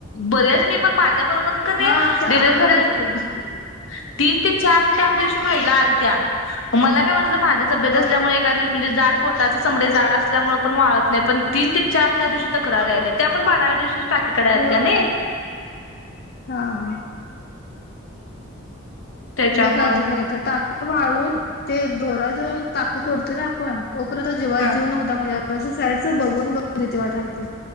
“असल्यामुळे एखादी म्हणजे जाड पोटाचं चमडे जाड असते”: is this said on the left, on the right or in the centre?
Left